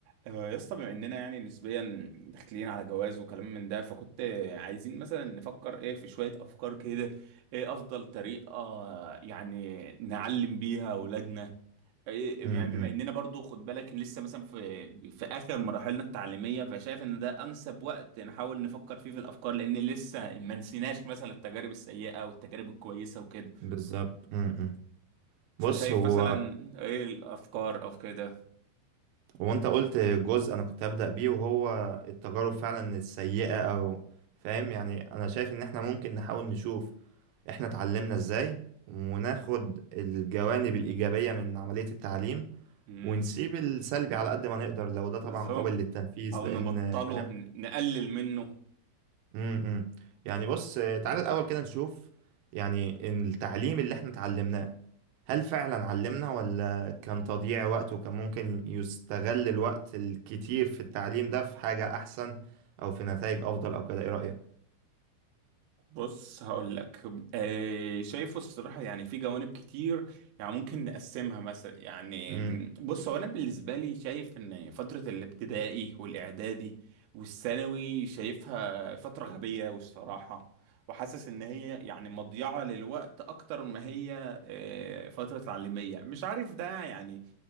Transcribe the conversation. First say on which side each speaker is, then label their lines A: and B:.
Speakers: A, on the right; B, on the right.
A: آه، يا اسطى بما اننا يعني نسبيا داخلين على جواز وكلام من ده فكنت عايزين مثلا نفكر ايه في شوية افكار كده ايه افضل طريقة يعني نعلم بيها اولادنا إيه
B: امم
A: يعني
B: امم،
A: بما اننا برضو خد بالك إن لسه مثلا في في اخر مراحلنا التعليمية فشايف ان ده انسب وقت نحاول نفكر فيه في الافكار لان لسه ما نسيناش مثلا التجارب السيئة والتجارب الكويسة وكده
B: بالظبط امم امم.
A: فشايف
B: بص هو
A: مثلا ايه الافكار او كده
B: هو انت قلت جزء انا كنت هبدأ بيه وهو التجارب فعلا السيئة او فاهم يعني انا شايف ان احنا ممكن نحاول نشوف احنا اتعلمنا ازاي وناخد الجوانب الإيجابية من عملية التعليم
A: امم
B: ونسيب السلبي على قد ما نقدر لو ده طبعا
A: بالظبط
B: قابل للتنفيذ
A: او
B: لان
A: نبطله
B: فاهم
A: ن- نقلل منه
B: امم امم. يعني بص تعالى الاول كده نشوف يعني التعليم اللي احنا اتعلمناه هل فعلا علمنا ولا كان تضييع وقت وكان ممكن يستغل الوقت الكتير في التعليم ده في حاجة أحسن أو في نتائج أفضل أو كده إيه رأيك؟
A: بص هقول لك آه، شايفه الصراحه يعني في جوانب كتير يعني ممكن نقسمها مثلا يعني
B: مم،
A: بص هو انا بالنسبه لي شايف ان فتره الابتدائي والاعدادي والثانوي شايفها فتره غبيه والصراحه وحاسس ان هي يعني مضيعه للوقت اكتر ما هي آه، فتره تعليميه مش عارف ده يعني